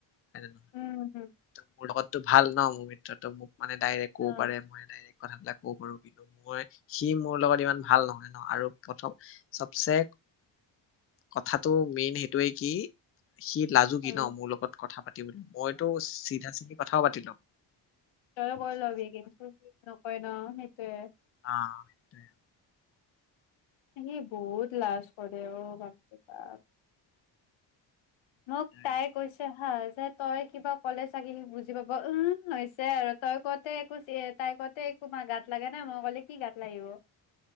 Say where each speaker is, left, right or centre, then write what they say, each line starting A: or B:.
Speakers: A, on the left (about 30°); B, on the left (about 75°).
A: মানে নহয়
B: উম হম
A: মোৰ লগত টো ভাল ন' মোৰ মিত্ৰটো মোক মানে ডাইৰেক্ ক'ব
B: অ
A: পাৰে মই ডাইৰেক্। কথাবিলাক ক'ব পাৰোঁ কিন্তু মই সি মোৰ লগত ইমান ভাল নহয় ন' আৰু প্ৰথম চবচে কথাটো মেইন সেইটোৱেই কি সি লাজুকী
B: অ
A: ন' মোৰ লগত কথা পাতিবলৈ মইতো চিধা চিধি কথাও পাতি লওঁ।
B: তই কয়‌ লবি কিন্তু সি নকৰে। ন' সেইটোৱে।
A: অ', সেইটোৱে।
B: সি বহুত লাজ কৰে অ', বাপৰে বাপ। মোক
A: সেইটোৱে
B: তাই কৈছে। ভাল যে তই কিবা ক'লে চাগে সি বুজি পাব উ হৈছে আৰু তই কওঁতে একো তাই কওঁতে একো মাত গাত লগা নাই মই ক'লে কি গাত লাগিব।